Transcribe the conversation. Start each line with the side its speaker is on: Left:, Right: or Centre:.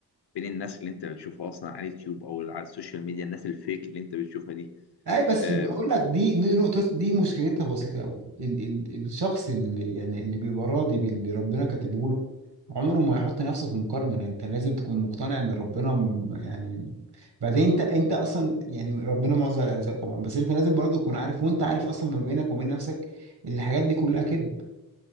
Left: بين الناس اللي انت بتشوفها اصلا على اليوتيوب او على السوشيال ميديا الناس الفيك اللي انت بتشوفها دي
Right: اي بس
Left: آه
Right: بقول لك دي دي نقطة دي مشكلتها بسيطة قوي ال ال الشخص اللي يعني اللي بيبقى راضي باللي ربنا كاتبه له عمره ما يحط نفسه في مقارنة لأن انت لازم تكون مقتنع ان ربنا م- يعني بعدين انت انت اصلا يعني ربنا موزع الارزاق طبعا بس انت لازم برضه تكون عارف وانت عارف اصلا ما بينك وبين نفسك ان الحاجات دي كلها كذب